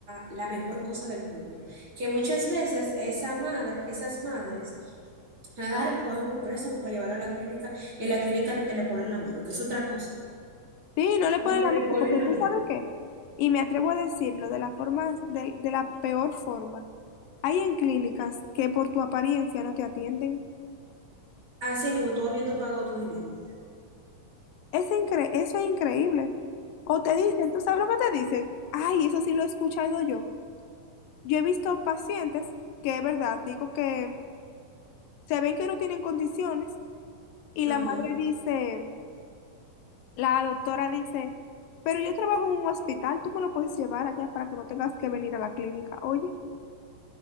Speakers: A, on the right; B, on the left.
A: la mejor cosa del mundo, que muchas veces esa madre, esas madres agarran, cogen un préstamo para llevarlo a la clínica y en la clínica ni te le ponen la mano, que es otra cosa,
B: Sí, no le ponen
A: ni te
B: la
A: le
B: mano,
A: ponen
B: porque
A: la
B: tú
A: mano.
B: sabes qué. Y me atrevo a decirlo de la forma, de de la peor forma. Hay en clínicas que por tu apariencia no te atienden.
A: Así mismo, tú habiendo pagado tu dinero.
B: Es incre- eso es increíble. O te dicen, ¿tú sabes lo que te dicen? Ay, eso sí lo he escuchado yo. Yo he visto pacientes que, es verdad, digo que se ven que no tienen condiciones y
A: Ajá.
B: la madre dice, la doctora dice, pero yo trabajo en un hospital, tú me lo puedes llevar allá para que no tengas que venir a la clínica. Oye,